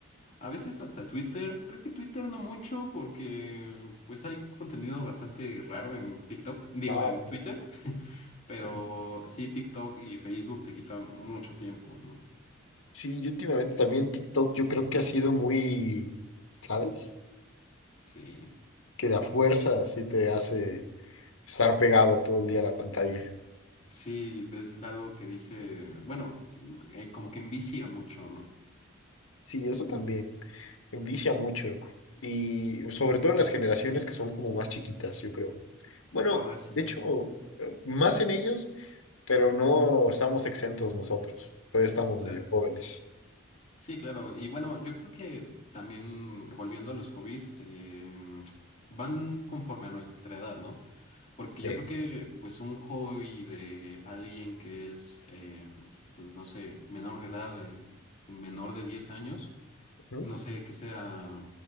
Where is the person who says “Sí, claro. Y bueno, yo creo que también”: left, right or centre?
Left